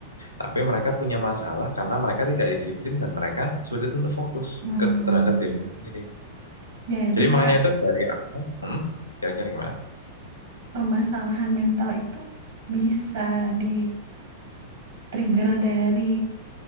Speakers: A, on the left (about 85°); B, on the right (about 60°).
A: Tapi mereka punya masalah karena mereka tidak disiplin dan mereka sulit untuk fokus
B: hmm,
A: ke terhadap dirinya sendiri.
B: jadi
A: Jadi makanya
B: Kak,
A: itu dari aku, hmm, kira-kira gimana?
B: permasalahan mental itu bisa di trigger dari